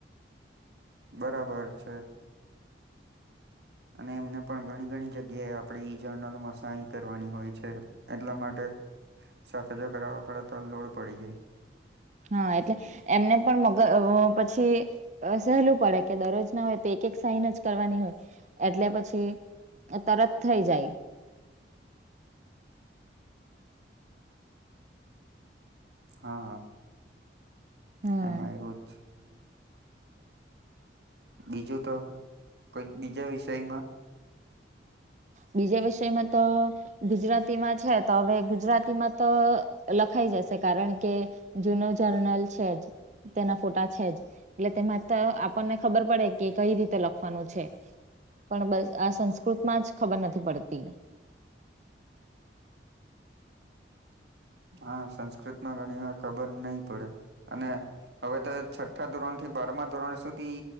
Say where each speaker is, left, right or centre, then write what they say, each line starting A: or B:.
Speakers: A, on the right; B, on the right.
A: બરાબર છે અને એમને પણ ઘણી ઘણી જગ્યાએ આપણે ઈ જર્નલોમાં સાય કરવાની હોય છે એટલા માટે સાથે જો કરાવવા પડે તો લોડ પડી જાય
B: હા એટલે એમને પણ મગર પછી સહેલું પડે કે દરરોજ ના હોય તો એક એક સાઈન જ કરવાની હોય એટલે પછી તરત થઈ જાય
A: હા
B: હમ
A: એમાં એવું જ બીજું તો કોઈક બીજા વિષયમાં
B: બીજા વિષયમાં તો ગુજરાતીમાં છે તો હવે ગુજરાતીમાં તો લખાઈ જશે કારણ કે જૂનો જર્નલ છે જ તેના ફોટા છે જ એટલે તેમાં આપણને ખબર પડે કે કઈ રીતે લખવાનું છે પણ બસ આ સંસ્કૃત માં જ ખબર નથી પડતી
A: હા સંસ્કૃત માં ઘણી વાર ખબર નહી પડે અને હવે તો છઠ્ઠા ધોરણ થી બારમા ધોરણ સુધી